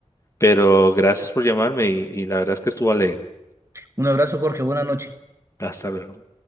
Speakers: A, on the left; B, on the right.
A: Pero gracias por llamarme y y la verdad es que estuvo alegre.
B: Un abrazo, Jorge. Buenas noches.
A: Hasta luego.